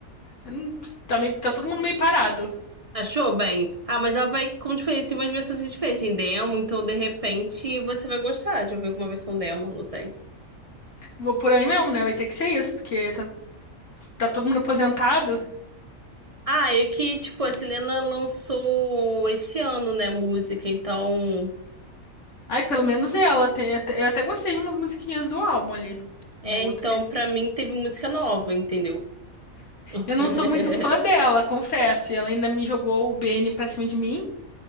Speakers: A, on the left (about 60°); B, on the right (about 40°).
A: Eu não- Tá, meio, tá todo mundo meio parado.
B: Achou bem. Ah, mas ela vai, como te falei, tem umas versões que a gente fez em demo, então de repente você vai gostar de ouvir alguma versão demo, não sei.
A: Vou por aí mesmo, né? Vai ter que ser isso, porque tá, tá todo mundo aposentado.
B: Ah, e que, tipo, a Selena lançou esse ano, né, música, então.
A: Ai, pelo menos ela. Tem, até- eu até gostei de umas musiquinhas do álbum ali.
B: É,
A: Uma ou
B: então
A: outra.
B: pra mim teve música nova, entendeu? <laughs>
A: Eu não sou muito fã dela, confesso. E ela ainda me jogou o Benny pra cima de mim.